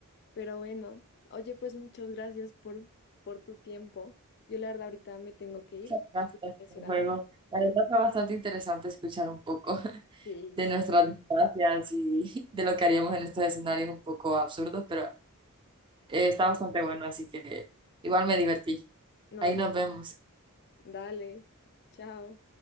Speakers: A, on the left; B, on the right.
A: Pero bueno, oye, pues muchas gracias por, por tu tiempo. Yo la verdad ahorita me tengo que ir,
B: Muchas gracias
A: tengo que hacer
B: por el
A: algo.
B: juego. La verdad fue bastante interesante escuchar un poco.
A: Sí,
B: de
A: sí.
B: nuestras distancias y <laughs> de lo que haríamos en estos escenarios un poco absurdos, pero eh, está bastante bueno, así que igual me divertí.
A: No,
B: Ahí
A: yo,
B: nos vemos.
A: dale, chao.